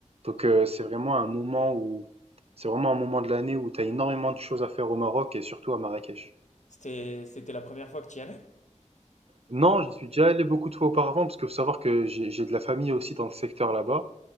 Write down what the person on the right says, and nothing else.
donc heu, c'est vraiment un moment où c'est vraiment un moment de l'année où tu as énormément de choses à faire au Maroc et surtout à Marrakech.
Non, j'y suis déjà allé beaucoup de fois auparavant parce que faut savoir que j'ai j'ai de la famille aussi dans le secteur là-bas